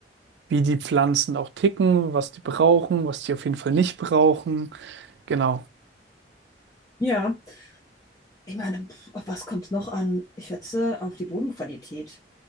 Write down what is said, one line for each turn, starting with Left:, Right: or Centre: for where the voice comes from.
Right: wie die Pflanzen auch ticken, was die brauchen, was die auf jeden Fall nicht brauchen. Genau.
Left: Ja, Ich meine, pf, auf was kommt es noch an? Ich schätze auf die Bodenqualität.